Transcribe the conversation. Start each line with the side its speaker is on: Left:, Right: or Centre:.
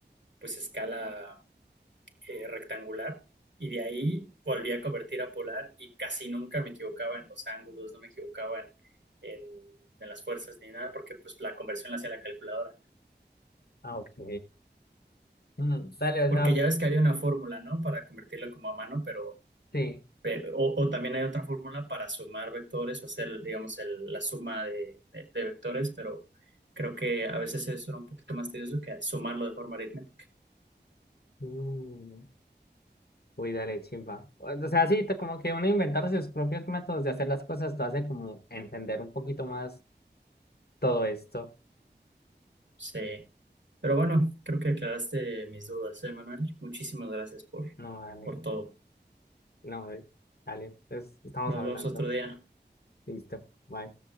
Right: pues escala eh, rectangular y de ahí volví a convertir a polar y casi nunca me equivocaba en los ángulos, no me equivocaba en, en- en las fuerzas ni nada porque pues la conversión la hacía la calculadora.
Left: Ah, ok. Mm, dale, o
Right: Porque
Left: sea,
Right: ya ves que hay una fórmula, ¿no? Para convertirla como a mano, pero,
Left: sí.
Right: pero o, o también hay otra fórmula para sumar vectores o hacer, digamos, el- la suma de, de de vectores, pero creo que a veces eso era un poquito más tedioso que sumarlo de forma aritmética.
Left: Mm. Uy, dale, chimba. O sea, sí, te- como que uno inventar sus propios métodos de hacer las cosas, te hace como entender un poquito más todo esto.
Right: Sí, pero bueno, creo que aclaraste mis dudas, ¿eh, Manuel? Muchísimas gracias por,
Left: No, dale,
Right: por todo.
Left: no, dale, dale, entonces estamos
Right: Nos
Left: hablando.
Right: vemos otro día.
Left: Listo, bye.